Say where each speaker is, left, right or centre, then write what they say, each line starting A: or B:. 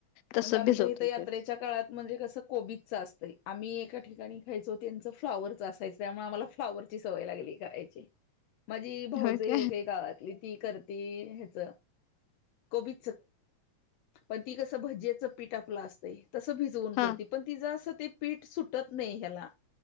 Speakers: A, on the left; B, on the left.
A: तसं
B: म्हणजे आमच्या
A: भिजवतो
B: इथ यात्रेच्या
A: ते
B: काळात म्हणजे कस कोबीजच असतय. आम्ही एक ठिकाणी खायचो त्यांच फ्लाॉवरच असायचं त्यामुळे आम्हांला फ्लॉवर ची सवय लागली करायची. माझी भाऊज
A: होय
B: एक
A: काय
B: आहे गावातली ती करती हेच कोबी पण ती कस भजीच पीठ आपलं असतंयतस भिजवून
A: हा
B: करती, पण तिज अस ते पीठ सुटत नाही ह्याला